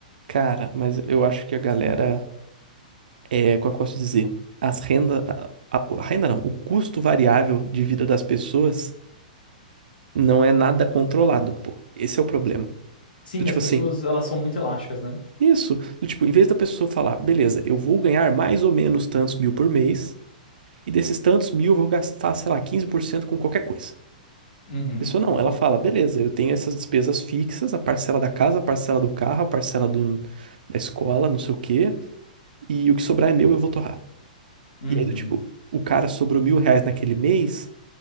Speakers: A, on the right; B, on the left.
A: Cara, mas eu acho que a galera. é, como é que eu posso dizer? As renda, a, a- a renda não, o custo variável de vida das pessoas não é nada controlado, pô. Esse é o problema.
B: Sim,
A: Do tipo
B: as pessoas,
A: assim,
B: elas são muito elásticas, né?
A: isso, do tipo, em vez da pessoa falar, beleza, eu vou ganhar mais ou menos tantos mil por mês, e desses tantos mil eu vou gastar, sei lá, 15% com qualquer coisa.
B: Uhum,
A: A pessoa não, ela fala, beleza, eu tenho essas despesas fixas, a parcela da casa, a parcela do carro, a parcela do, da escola, não sei o quê, e o que sobrar é meu, eu vou torrar.
B: uhum.
A: E aí, do tipo, o cara sobrou mil reais naquele mês,